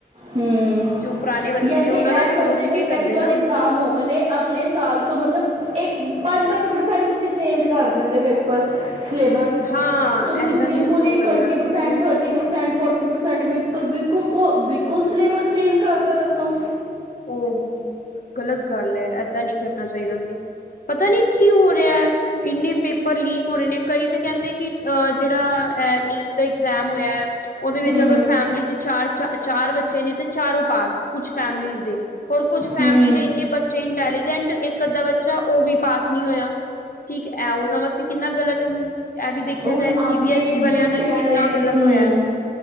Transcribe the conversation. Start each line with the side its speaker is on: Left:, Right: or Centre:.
Right: ਹੂੰ
Left: ਜੋ ਪੁਰਾਣੇ ਬੱਚੇ
Right: ਜਾਂ
Left: ਨੇ
Right: ਤੇ
Left: ਉਹਨਾਂ
Right: ਇਹ
Left: ਦਾ
Right: ਕਰਦੇ
Left: ਸੋਚ ਕੇ
Right: ਬਈ
Left: ਕਰਦੇ
Right: ਇਸ ਵਾਰ
Left: ਨਾ
Right: ਇਗਜ਼ਾਮ ਹੋ ਗਏ ਨੇ ਅਗਲੇ ਸਾਲ ਤੋਂ ਮਤਲਬ ਇੱਕ। ਪੰਜ ਪੰਜ ਪ੍ਰਸੈਂਟ ਤੁਸੀਂ ਚੇਂਜ ਕਰ ਦਿੰਦੇ ਪੇਪਰ। ਸਿਲੇਬਸ
Left: ਹਾਂ
Right: ਤੁਸੀਂ
Left: ਏਦਾਂ
Right: ਬਿਲਕੁਲ
Left: ਵੀ ਹੋ
Right: ਹੀ
Left: ਸਕਦਾ
Right: ਟਵਾਣਟੀ ਪਰਸੈਂਟ
Left: ਬਿਲਕੁਲ
Right: ਥਟੀ ਪਰਸੈਂਟ ਫੋਟੀ ਪਰਸੈਂਟ ਪੇਪਰ। ਪਰ ਬਕੂ ਕੋ ਬ। ਕੁਝ ਸਿਲੇਬਸ ਚੇਂਜ ਕਰਤਾ ਦੱਸੋ?
Left: ਉਹ ਗਲਤ ਗੱਲ ਹੈ ਏਦਾਂ ਨੀ ਕਰਨਾ ਚਾਹੀਦਾ ਸੀ ਪਤਾ ਨੀ ਕੀ ਹੋ ਰਿਹਾ ਇੰਨੇ ਪੇਪਰ ਲੀਕ ਹੋ ਰਹੇ ਨੇ ਕਈ ਤੇ ਕਹਿੰਦੇ ਕਿ ਜਿਹੜਾ ਐ ਨੀਟ ਦਾ ਇਗਜਾਮ ਹੋਇਆ। ਉਹਦੇ ਵਿੱਚ
Right: ਹੂੰ
Left: ਅਗਰ ਫੈਮਿਲੀ ਚ ਚਾਰ ਚਾਰ ਬੱਚੇ ਨੇ ਤੇ ਚਾਰੋ ਪਾਸ ਕੁਛ ਫੈਮਲੀ। ਹੋਰ ਕੁੱਝ ਫੈਮਿਲੀ
Right: ਹੂੰ
Left: ਦੇ ਇੰਨੇ ਬੱਚੇ ਇੰਟੈਲੀਜੈਂਟ ਇੱਕ। ਇੰਦਾ ਬੱਚਾ ਉਹ ਵੀ ਪਾਸ ਨਹੀਂ ਹੋਇਆ ਠੀਕ ਐ ਉਹਨਾਂ ਵਾਸਤੇ ਕਿੰਨਾ ਗਲਤ ਹੈ ਹੁਣ। ਇਹ ਵੀ ਦੇਖਿਆ
Right: ਹੁਣ
Left: ਜਾਏ ਸੀ
Right: ਅੱਗੇ
Left: ਬੀ ਐਸ ਈ ਵਾਲਿਆਂ
Right: ਜੋ
Left: ਨਾਲ
Right: ਕਹਿ
Left: ਕਿੰਨਾ
Right: ਰਹੇ ਨੇ
Left: ਗਲਤ
Right: ਹੂੰ
Left: ਹੋਇਆ